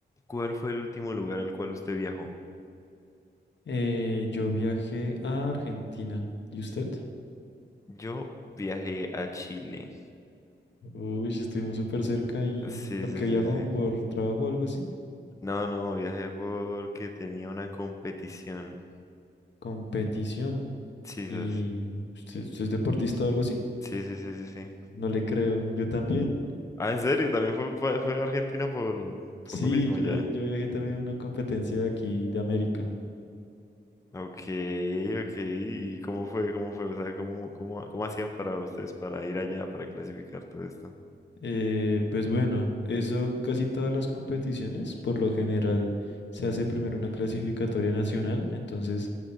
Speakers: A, on the left; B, on the left.
A: ¿Cuál fue el último lugar al cual usted viajó?
B: Eh, yo viajé a Argentina. ¿Y usted?
A: Yo viajé a Chile.
B: Uy, sí, estuvimos súper cerca y
A: Sí,
B: ¿por
A: sí,
B: qué
A: sí,
B: viajó?
A: sí.
B: ¿Por trabajo o algo así?
A: No, no, viajé porque tenía una competición.
B: Competición.
A: Sí,
B: ¿Y
A: sas.
B: usted, usted es deportista o algo así?
A: sí, sí, sí, sí, sí.
B: No le creo. Yo también.
A: Ah, ¿en serio? También fue, pa- fue a Argentina por,
B: Sí,
A: por lo mismo
B: yo,
A: ya.
B: via- yo viajé también a una competencia de aquí, de América.
A: Ok, ok. ¿Y cómo fue? ¿Cómo fue? O sea, ¿cómo, cómo, cómo hacían para ustedes para ir allá, para clasificar todo esto?
B: Eh, pues bueno, eso casi todas las competiciones, por lo general, se hace primero una clasificatoria nacional, entonces